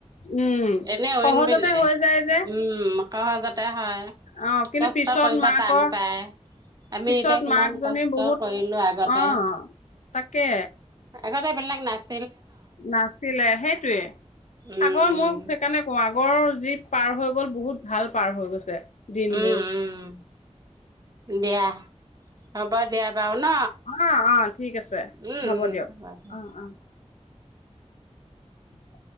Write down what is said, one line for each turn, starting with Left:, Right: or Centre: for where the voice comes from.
Left: উম
Right: এনেই অইন
Left: সহজতে
Right: বেলি
Left: হৈ যায় যে
Right: উম, সহজতে হয়।
Left: অ কিন্তু
Right: কষ্ট
Left: পিছত
Right: কৰিব'
Left: মাকৰ
Right: টান পাই। আমি
Left: পিছত
Right: এতিয়া কিমান
Left: মাকজনী
Right: কষ্ট
Left: বহুত
Right: কৰিলো আগতে।
Left: অ তাকে।
Right: আগতে এইবিলাক নাছ
Left: নাছিলে, সেইটোয়ে,
Right: উম
Left: আগৰ মই সেইকাৰণে কওঁ আগ আগৰ যি পাৰ দিনবোৰ
Right: উম উম দিয়া হ'ব দিয়া বাৰু ন
Left: অ', অ', ঠিক আছে,
Right: উম
Left: হ'ব
Right: উম
Left: দিয়ক,
Right: দিয়া
Left: অ', অ। <inaudible>